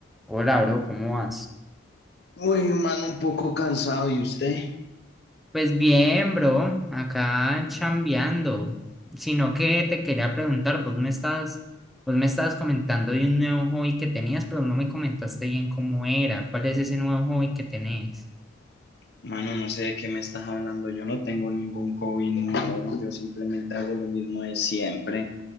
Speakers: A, in the centre; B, on the left.
A: Hola, bro, ¿cómo vas?
B: Uy, mano, un poco cansado. ¿Y usted?
A: Pues bien, bro, acá chambeando. Sino que te quería preguntar, vos me estás, vos me estabas comentando de un nuevo hobby que tenías, pero no me comentaste bien cómo era. ¿Cuál es ese nuevo hobby que tenés?
B: Mano, no sé de qué me estás hablando. Yo no tengo ningún hobby nuevo. Yo simplemente hago lo mismo de siempre.